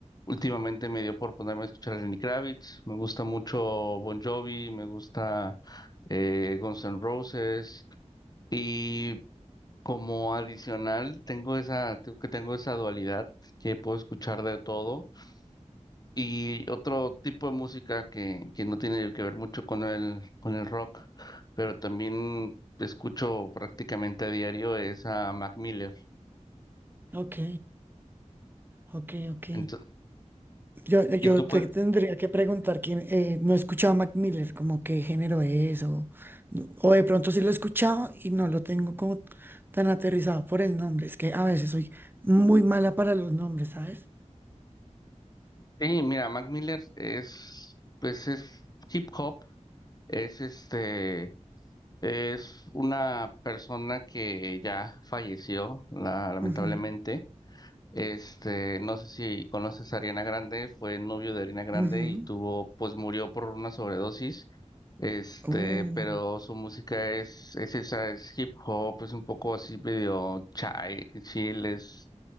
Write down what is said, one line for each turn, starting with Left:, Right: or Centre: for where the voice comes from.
Left: últimamente me dio por ponerme a escuchar a Lenny Kravitz. Me gusta mucho Bon Jovi, me gusta eh, Guns N' Roses y como adicional tengo esa, tengo que tengo esa dualidad que puedo escuchar de todo. Y otro tipo de música que, que no tiene que ver mucho con el, con el rock, pero también escucho prácticamente a diario es a Mac Miller.
Right: Ok, ok, ok.
Left: Ento-
Right: Yo, yo
Left: ¿y tú
Right: te
Left: cuál?
Right: tendría que preguntar quién, eh, no he escuchado a Mac Miller, como qué género es, o, o de pronto sí lo he escuchado y no lo tengo como tan aterrizado por el nombre. Es que a veces soy muy mala para los nombres, ¿sabes?
Left: Sí, mira, Mac Miller es, pues es hip hop, es este, es una persona que ya falleció, la- lamentablemente,
Right: Ujú,
Left: Este, no sé si conoces a Ariana Grande, fue novio de Ariana Grande
Right: ujú.
Left: y tuvo, pues murió por una sobredosis. Este,
Right: Oh,
Left: pero su música es, es esa, es hip hop, es un poco así medio chai, chill, es